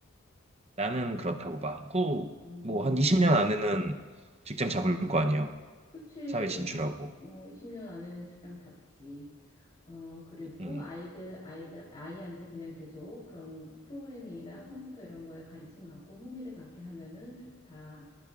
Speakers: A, on the right (about 30°); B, on the left (about 30°).
A: 나는 그렇다고 봐. 꼭뭐한
B: 음,
A: 20년 안에는 직장 잡을 거 아니야.
B: 그치.
A: 사회 진출하고.
B: 하- 어, 20년 안에는 직장 잡지. 어, 그리고
A: 음, 음.
B: 아이들, 아이들, 아이한테 그냥 계속 그런 프로그래밍이나 컴퓨터 이런 거에 관심 갖고 흥미를 갖게 하면은 좋다.